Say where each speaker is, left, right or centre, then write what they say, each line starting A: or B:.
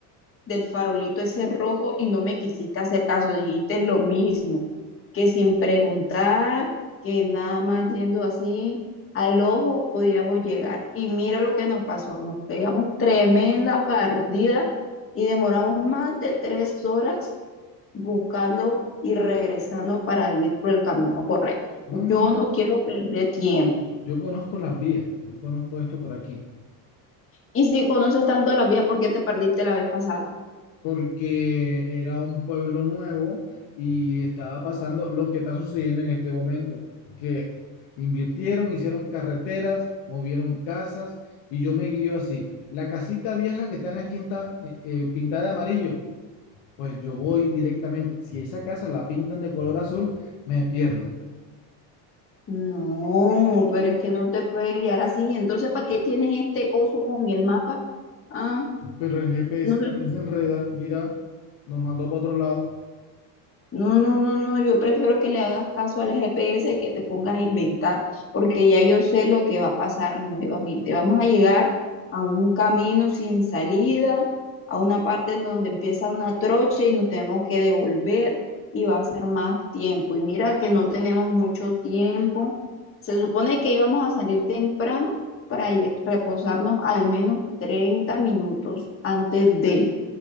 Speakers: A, on the left (about 30°); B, on the left (about 75°).
A: del farolito ese rojo y no me quisiste hacer caso, dijiste lo mismo, que sin preguntar, que nada más yendo así al ojo podíamos llegar. Y mira lo que nos pasó, nos pegamos tremenda partida y demoramos más de tres horas buscando y regresando para ir por el camino correcto.
B: no, no,
A: Yo
B: no.
A: no quiero perder tiempo.
B: Yo conozco las vías. Yo conozco esto por aquí.
A: Y si conoces tanto la vía, ¿por qué te perdiste la vez pasada?
B: porque era un pueblo nuevo y estaba pasando lo que está sucediendo en este momento, que invirtieron, hicieron carreteras, movieron casas y yo me guío así. La casita vieja que está en la esquina eh, eh, pintada de amarillo, pues yo voy directamente. Si esa casa la pintan de color azul, me pierdo.
A: No, pero es que no te puede guiar así. Entonces, ¿para qué tienes este coso con el mapa? Ah,
B: Pero el GPS
A: no
B: también se enreda, mira, nos mandó para otro lado.
A: No, no, no, no, yo prefiero que le hagas caso al GPS que te pongas a inventar, porque ya yo sé lo que va a pasar nuevamente. Vamos a llegar a un camino sin salida, a una parte en donde empieza una trocha y nos tenemos que devolver y va a ser más tiempo. Y mira que no tenemos mucho tiempo. Se supone que íbamos a salir temprano para lle- reposarnos al menos 30 minutos antes de